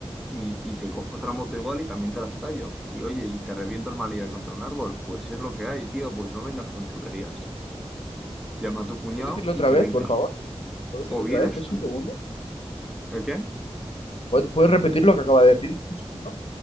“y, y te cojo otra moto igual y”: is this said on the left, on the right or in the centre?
Centre